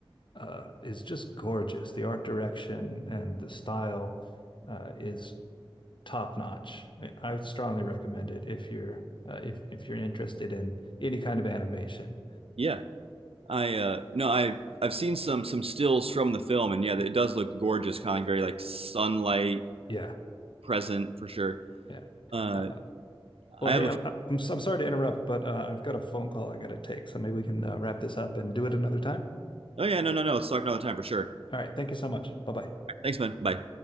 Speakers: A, on the left; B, on the right.
A: uh, is just gorgeous. The art direction and the style, uh, is top notch. I I would strongly recommend it if you're uh, if if you're interested in any kind of animation.
B: Yeah, I uh no, I I've seen some some stills from the film, and yeah, it does look gorgeous, kind of very like sunlight
A: Yeah,
B: present for sure.
A: yeah.
B: Uh,
A: Uh, Well,
B: I
A: hey,
B: have a
A: I'm, I'm I'm sorry to interrupt, but uh, I've got a phone call I got to take, so maybe we can uh, wrap this up and do it another time.
B: Oh yeah, no, no, no. Let's talk another time for sure.
A: All right, thank you so much. Bye bye.
B: Thanks, man. Bye.